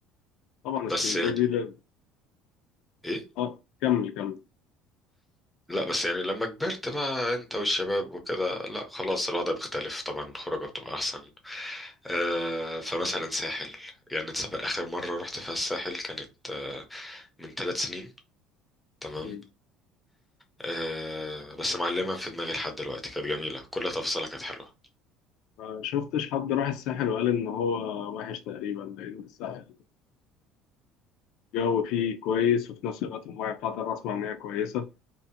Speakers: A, on the left; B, in the centre.
A: طبعا
B: بس
A: اسكندرية
B: يعني
A: دي ل-
B: ايه
A: اه كمل كمل
B: لا بس يعني لما كبرت بقى انت والشباب وكده لا خلاص الوضع بيختلف طبعا الخروجة بتبقى احسن آه، فمثلا ساحل يعني انت سافر اخر مره رحت فيها الساحل كانت آه، من ثلاث سنين تمام
A: مم.
B: آه، بس معلمه في دماغي لحد دلوقتي كانت جميله كل تفصيلة كانت حلوه
A: ما شفتش حد راح الساحل وقال ان هو وحش تقريبا لان الساحل الجو فيه كويس وفي نفس الوقت الميه بتاعته أنا بسمع ان هي كويسة